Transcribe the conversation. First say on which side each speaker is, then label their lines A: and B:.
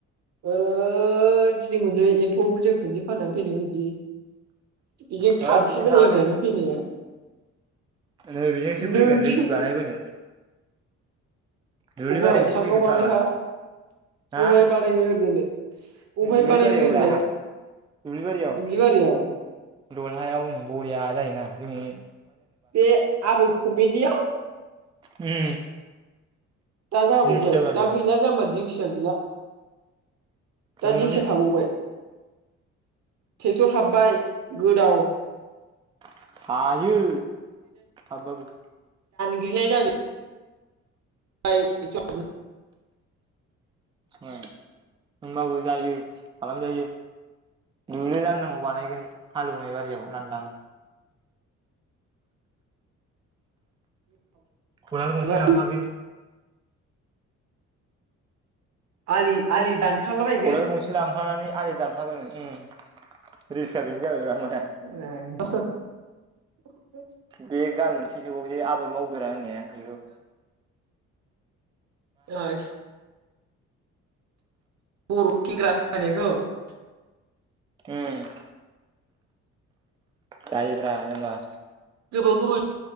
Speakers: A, on the right (about 60°); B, on the right (about 15°).
A: ओरै गिदिं बोनोसै एम्फौ जों खनसे फाननानै फैनाय बायदि। इजों
B: होद
A: खाथि
B: बिजों
A: जायो
B: थाङालै
A: होननानै फैनाया।
B: नै बेजोंसो
A: नोंसो
B: फैगोन रिल्स बानायबोनो दुब्लिबारिजोंसो
A: अबेहाय थांनायाव
B: फैगोन
A: बानायखा।
B: फाग्ला
A: अबेहाय
B: हा
A: बानायगोन नोंलाय अबेहाय
B: दुब्लिबारियावब्रा
A: बानायगोन ओरैजाय
B: दुब्लिबारियाव
A: दुब्लिबारियाव?
B: दलहायाव ओं बरिया जायोना जोंनि
A: बे आबौ खमिनियाव?
B: उम।
A: दा जाबावबाय
B: दिंखिया बारियाव
A: दा गैला जाम्बा दिं थै गैला
B: दङलै
A: दा दिंखिया थाबावबाय? टेक्टर हाबबाय गोदाव।
B: <unintelligible> इयो हाबबाबो।
A: बिलाय जायो आइ <unintelligible>
B: ओं। होनबाबो जायो खालामजायो दुब्लि लांदांआव बानायगोन हालेवनायबारियाव लांदां। खदाल गंसे
A: दा
B: लांफागोन।
A: आलि आलि दान खारलाबायैगोन
B: खदाल गंसे लांफानानै आलि दानफागोन उम रिल्सा बेनो जाबायब्रा होन
A: <unintelligible> <unintelligible>
B: बे गान मोनसे फिसौजो आबोद मावगोरा होननाया इयो।
A: ओस <unintelligible> होननायखौ?
B: उम। जायोब्रा जाम्बा।
A: गोबाव गोबाव